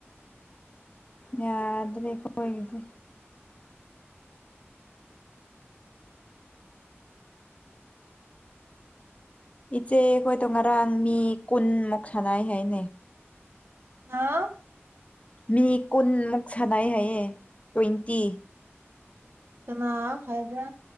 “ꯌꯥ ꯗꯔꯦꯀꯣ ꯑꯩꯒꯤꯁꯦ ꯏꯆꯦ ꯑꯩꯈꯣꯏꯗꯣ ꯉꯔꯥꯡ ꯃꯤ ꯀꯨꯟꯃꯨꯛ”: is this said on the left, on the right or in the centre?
Left